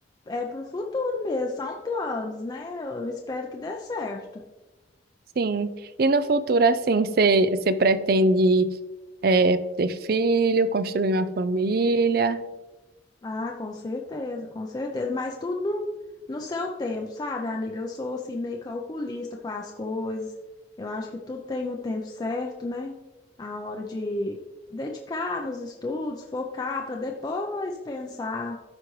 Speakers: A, on the left; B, on the right.
A: É pro futuro mesmo, são planos, né? Eu espero que dê certo.
B: Sim. E no futuro, assim, você você pretende é, ter filho, construir uma família?
A: Ah, com certeza, com certeza. Mas tudo no, no seu tempo, sabe, amiga? Eu sou assim, meio calculista com as coisas. Eu acho que tudo tem o tempo certo, né? A hora de dedicar nos estudos, focar para depois pensar